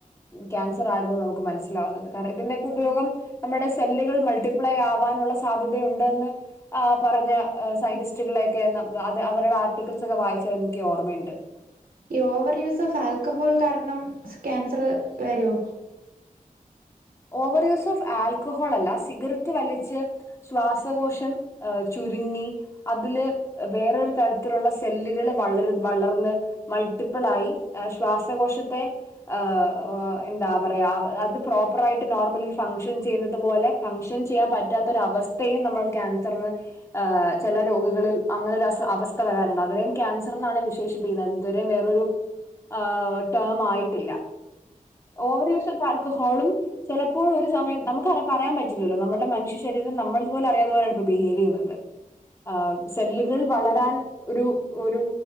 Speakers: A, on the left (about 20°); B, on the right (about 85°).
A: ക്യാൻസർ ആയിരുന്നു നമുക്ക് മനസ്സിലാവുന്നത് കാരണം ഇതിന്റെക്കെ ഉപയോഗം നമ്മുടെ സെല്ലുകൾ മൾട്ടിപ്ലൈ ആവ ക്കാനുള്ള സാധ്യതയുണ്ടെന്ന് ആഹ് പറഞ്ഞ ഏഹ് സയന്റിസ്റ്റുകളെയൊക്കെ ന-തെ അവരുടെ ആർട്ടിക്കിൾ പുസ്തകം വായിച്ച എനിക്ക് ഓർമ്മയുണ്ട്
B: ഈ ഓവർ യൂസ് ഓഫ് ആൽക്കഹോൾ കാരണം ക്യാൻസർ വരോ?
A: ഓവർ യൂസ് ഓഫ് ആൽക്കഹോൾ അല്ല സിഗരറ്റ് വലിച്ച് ശ്വാസകോശം ഏഹ് ചുരുങ്ങി അതില് വേറൊരു തരത്തിലുള്ള സെല്ലുകള് വളർ വളർന്ന് മൾ പ്പളായി ശ്വാസകോശത്തെ ഏഹ് ഓഹ് എന്താ പറയാ അത് പ്രോപ്പ പ്പറായിട്ട് നോർമലി ഫംഗ്ഷൻ ചെയ്യുന്നത് പോലെ ഫംഗ്ഷൻ ചെയ്യാൻ പറ്റാത്തൊരവസ്ഥയും നമ്മൾ ക്യാൻസർന്ന് ഏഹ് ചെല രോഗികളിൽ അങ്ങനൊരസ അവസ്ഥ വരാറുണ്ട് അതിനേയും ക്യാൻസർ എന്നാണ് വിശേഷിപ്പിക്കുന്നത് ഇതുവരെയും വേറരു ആഹ് ടെം ആയിട്ടില്ല ഓവർ യൂസ് ഓഫ് ആൽക്കഹോളും ചെലപ്പോൾ ഒരു സമയം നമുക്ക് പറയാൻ പറ്റില്ലല്ലോ നമ്മൾടെ മനഷ്യ ശരീരം നമ്മൾ പോലും അറിയാതെ യാണ് ഇപ്പോ ബിഹേവ് ചെയ്യുന്നത് അതെ ആഹ് സെല്ലുകൾ വളരാൻ ഒരു ഔഹ് ഒരു